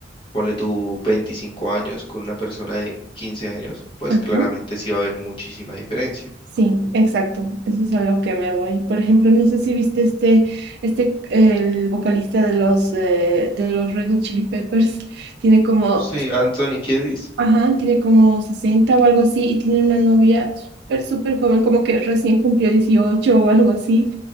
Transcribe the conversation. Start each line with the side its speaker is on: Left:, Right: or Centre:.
Left: ponle tú 25 años con una persona de 15 años, pues
Right: Ajá.
Left: claramente sí va a haber muchísima diferencia.
Right: Sí, exacto. Eso es a lo que me voy. Por ejemplo, no sé si viste este, este, el vocalista de los eh, de los Red Hot Chili Peppers tiene como,
Left: Sí, Anthony Kiedis,
Right: ajá, tiene como 60 o algo así y tiene una novia súper, súper joven, como que recién cumplió 18 o algo así.